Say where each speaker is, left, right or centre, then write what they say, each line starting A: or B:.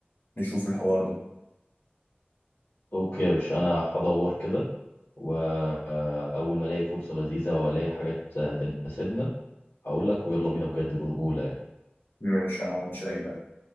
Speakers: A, on the left (about 65°); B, on the left (about 85°).
A: نشوف الحوار ده
B: اوكي يا باشا انا هدور كده واول ما الاقي فرصه لذيذه والاقي حاجات آه، تناسبنا هقول لك ويلا بينا بجد برجوله يعني.
A: ماشي أنا مش أي مانع